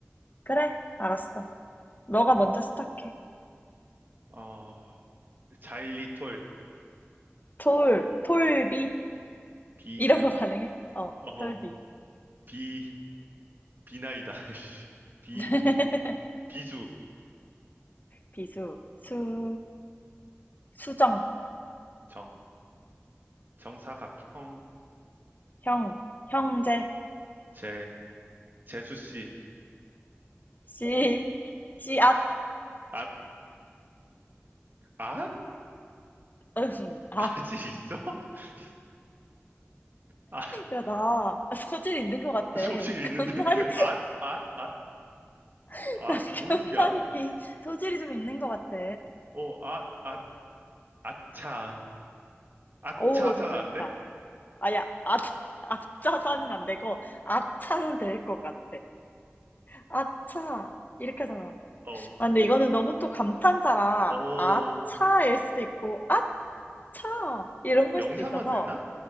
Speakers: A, on the left (about 40°); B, on the right (about 45°).
A: 그래, 알았어.
B: 음,
A: 너가 먼저 시작해.
B: 어, 자일리톨,
A: 톨, 톨비
B: 비,
A: 이런 거 가능해? 어,
B: 어,
A: 톨비.
B: 비, 비나이다. <laughs> 씨. 비,
A: <laughs>
B: 비수,
A: 비수, 수, 수정,
B: 정, 정사각형,
A: 형, 형제,
B: 재, 재수씨.
A: 씨, 씨앗,
B: 아, 아?
A: 응, 앗.
B: 아직 있어? <laughs> 아,
A: 야, 나 소질이 있는 것 같아.
B: 소질 있는데?
A: 견말이,
B: <laughs> 아, 아, 아,
A: <laughs>
B: 아,
A: 나 견말잇기
B: 뭐 있냐?
A: 소질이 좀 있는 것 같아.
B: 어, 아, 아, 아차. 아차산
A: 오, 됐다,
B: 안
A: 됐다.
B: 돼?
A: 아야, 아, 아차사는 <laughs> 안 되고, 아차는 될 것 같아. 아차. 이렇게 하잖아.
B: 어,
A: 아, 근데 이거는 너무 또 감탄사라,
B: 어.
A: 아차일 수도 있고, 아차! 이런
B: 명사만
A: 걸 수도 있어서,
B: 되나?